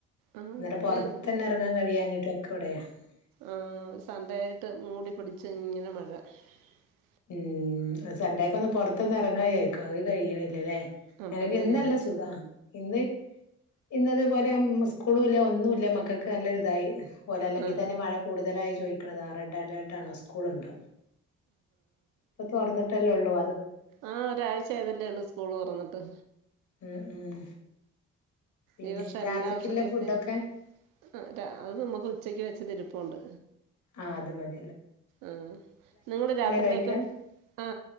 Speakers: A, on the right (about 90°); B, on the left (about 70°).
A: ആ
B: ഇന്നട്ട്
A: ഇപ്പം
B: പൊർതെന്നെ എർങ്ങാൻ കഴിയാഞ്ഞിട്ട് <unintelligible>
A: ആഹ് സണ്ടേ ആയിട്ട് മൂടി പിടിച്ച് ഇങ്ങനെ മഴ <unintelligible>
B: ഉം സെണ്ടേക്കെ ഒന്ന് പൊർത്തൊന്ന് എറങ്ങായായിരിക്കും അത് കയ്യ്ണില്ലല്ലേ
A: അതല്ലേ
B: എനിക്ക് ഇന്നല്ല സുഖാ ഇന്ന് ഇന്നത് പോലെ ഉം സ്കൂളുല്ല ഒന്നുല്ല മക്കക്ക് നല്ലൊരു ഇതായി പോല അല്ലെങ്കിതന്നെ
A: ആ ആ
B: മഴ കൂടുതലായി ചോയിക്ക്ണത റെഡ് അലേർട്ടാണോ സ്കൂള്ണ്ടോ ഇപ്പൊ തൊർന്നിട്ടല്ലേ ഒള്ളൂ
A: ആഹ് ഒരാഴ്ച ആയതല്ലേ ഒള്ളു സ്കൂള് തൊറന്നിട്ട്
B: ഉം ഉം പിന്നെ
A: ഈ വർഷം
B: രാത്രിക്കുള്ള
A: എല്ലാ വർഷത്തെക്കെ
B: ഫുഡൊക്കെ
A: അ ര അത് നമുക്ക് ഉച്ചക്ക് വെച്ചത് ഇരിപ്പു ഉണ്ട്
B: ആ അത് മത്
A: ആ നിങ്ങള് രാത്രീലേക്ക്
B: കഴിക്കാ
A: ആ